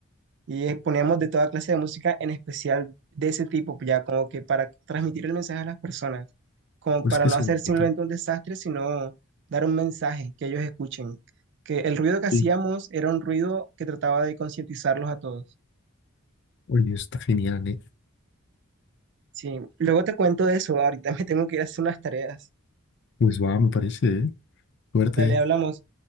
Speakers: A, on the right; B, on the left.
A: Y eh, poníamos de toda clase de música, en especial de ese tipo, ya como que para transmitir el mensaje a las personas, como
B: Pues
A: para
B: que
A: no
B: son.
A: hacer simplemente
B: Ujú.
A: un desastre, sino dar un mensaje que ellos escuchen. Que el ruido que hacíamos
B: Sí.
A: era un ruido que trataba de concientizarlos a todos.
B: Oye, eso está genial, ¿eh?
A: Sí, luego te cuento de eso, ahorita <laughs> me tengo que ir a hacer unas tareas.
B: Pues va, me parece, ¿eh? Suerte.
A: Dale, hablamos.